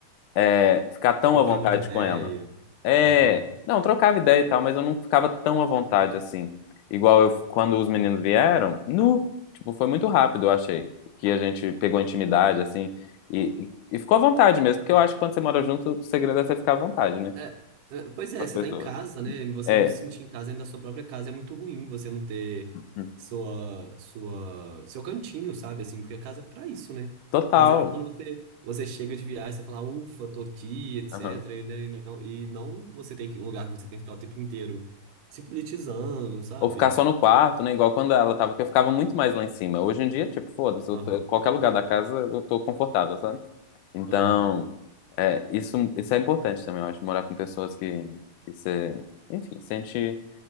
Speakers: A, on the left (about 80°); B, on the right (about 85°).
A: é, ficar tão
B: Trocar
A: à vontade
B: muita ideia.
A: com ela. É,
B: Aham.
A: não, trocava ideia e tal, mas eu não ficava tão à vontade assim. Igual eu- quando os meninos vieram, nu, tipo, foi muito rápido, eu achei, que a gente pegou intimidade, assim, e, e ficou à vontade mesmo, porque eu acho que quando você mora junto, o segredo é você ficar à vontade, né,
B: É, é, pois é,
A: com as
B: você
A: pessoas.
B: tá em casa, né? Você
A: É,
B: não se sentir em casa dentro da sua própria casa é muito ruim você não ter
A: hum,
B: sua, sua, seu cantinho, sabe? Assim, porque a casa é pra isso, né?
A: total.
B: Casa é pra quando você, você chega de viagem, você fala, ufa, tô aqui, etc.
A: Aham.
B: E, né, e não, e não você tem que, um lugar que você tem que ficar o tempo inteiro se politizando, sabe?
A: Ou ficar só no quarto, né, igual quando ela tava, que eu ficava muito mais lá em cima. Hoje em dia, tipo, foda-se, eu
B: Aham,
A: tô- qualquer lugar da casa eu tô confortável, sabe? Então,
B: aham.
A: é, isso, isso é importante também, eu acho, morar com pessoas que, que você, enfim, sente,